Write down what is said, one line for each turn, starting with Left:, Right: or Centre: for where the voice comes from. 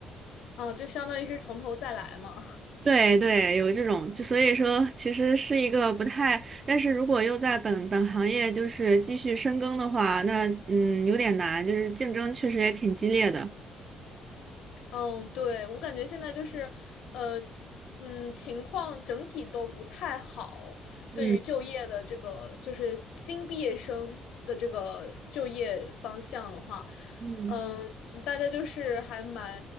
Left: 啊，就相当于是从头再来嘛。
Right: 对对，有这种，就所以说其实是一个不太，但是如果又在本本行业就是继续深耕的话，那嗯有点难，就是竞争确实也挺激烈的。
Left: <laughs> 嗯，对，我感觉现在就是，呃，嗯，情况整体都不太好，
Right: 嗯
Left: 对于就业的这个，就是新毕业生的这个就业方向的话。
Right: 嗯。
Left: 嗯，大家就是还蛮